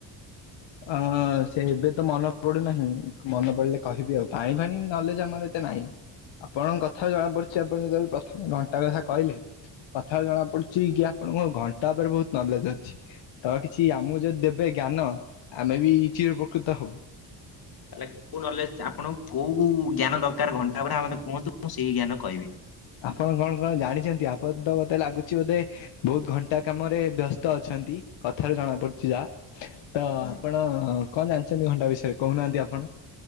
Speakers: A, on the left; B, on the left.
A: ଅ ଅ ସେ ଏବେ ତ ମନେ ପଡୁନାହିଁ ମନେ ପଡିଲେ କହିବି ଆଉ। ପାଣି ଫାଣି ନଲେଜ ଆମର ଏତେ ନାହିଁ। ଆପଣଙ୍କ କଥାରୁ ଜଣାପଡିଛି ଆପଣ ଯେତେବେଳେ ପ୍ରଥମେ ଘଣ୍ଟା କଥା କହିଲେ। କଥାରୁ ଜଣା ପଡ଼ୁଛି କି ଆପଣଙ୍କ ଘଣ୍ଟା ଉପରେ ବହୁତ ନଲେଜ ଅଛି। ତ କିଛି ଆମକୁ ଯଦି ଦେବେ ଜ୍ଞାନ ଆମେ ବି ଚିରୋଉପକୃତ ହେବୁ।
B: ତାହେଲେ କୋଉ ନଲେଜ ଆପଣଙ୍କୁ କୋଉ ଜ୍ଞାନ ଦରକାର ଘଣ୍ଟା ଉପରେ ମତେ କୁହନ୍ତୁ ମୁଁ ସେଇ ଜ୍ଞାନ କହିବି।
A: ଆପଣ କଣ କଣ ଜାଣିଛନ୍ତି ଆପଣ ତ ମତେ ଲାଗୁଛି ବୋଧେ ବହୁତ ଘଣ୍ଟା କାମରେ ବ୍ୟସ୍ତ ଅଛନ୍ତି କଥାରୁ ଜଣା ପଡିୁଛି ଯା। ତ ଆପଣ
B: ହୁଁ
A: କଣ ଜାଣିଛନ୍ତି ଘଣ୍ଟା ବିଷୟରେ କହୁନାହାନ୍ତି ଆପଣ?